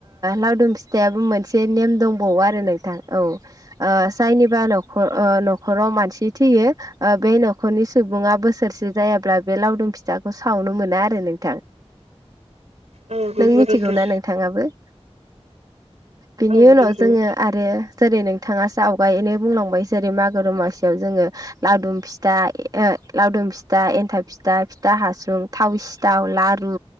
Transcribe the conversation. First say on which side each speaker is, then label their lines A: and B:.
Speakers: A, on the right (about 35°); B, on the right (about 80°).
A: लावदुम फिथा फिथाइाबो मोनसे नेम दंबावो आरो नोंथां औ जायनिबा नख न'खराव मानसि थैयो बे न'खरनि सुबुङा बोसोरसे जायाब्ला बे लावदुम फिथाखौ सावनो मोना आरो नोंथां
B: औ नंगौ
A: नों मिथिगौ
B: नोंथां
A: ना नों थाङाबो बिनि
B: औ
A: उनाव
B: नंगौ
A: जोङो आरो जेरै नोंथाङा ज आवगायैनो बुंलांबाय जेरै मागो दमासियाव जोङो लावदुम फिथा लावदुम फिथा एन्थाब फिथा फिथा हासुं थाव सिथाव लारु